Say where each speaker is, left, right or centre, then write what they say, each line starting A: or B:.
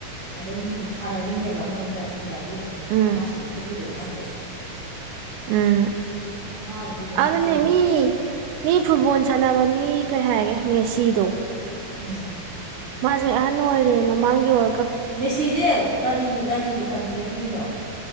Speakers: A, on the right; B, on the right.
A: ꯑꯗꯨꯝ ꯁꯥꯟꯅꯔꯤꯅꯦꯕ ꯃꯨꯛ ꯍꯟꯗꯛ ꯏꯟꯗꯤꯌꯥꯒꯤ
B: ꯎꯝ
A: ꯃꯃꯥꯡꯒꯤ ꯊꯣꯛꯈꯤꯕꯒꯤ ꯑꯉꯥꯡꯗꯣ
B: ꯎꯝ
A: ꯃꯥꯕꯨꯗꯤ ꯑꯗꯨꯝ
B: ꯑꯗꯨꯅꯦ
A: ꯐꯖꯩꯌꯦꯕ
B: ꯃꯤ ꯃꯤ ꯐꯨꯠꯕꯣꯜ ꯁꯥꯟꯅꯕ ꯃꯤ ꯀꯩ ꯍꯥꯏꯔꯒꯦ ꯃꯦꯁꯤꯗꯣ
A: ꯎꯝ
B: ꯃꯥꯁꯦ ꯑꯍꯅ ꯑꯣꯏꯔꯦ ꯃꯥ ꯃꯥꯡꯒꯤ ꯋꯥ
A: ꯃꯦꯁꯤꯁꯦ ꯀꯔꯤ ꯀꯔꯤ ꯀꯟꯇ꯭ꯔꯤꯒꯤꯅꯣ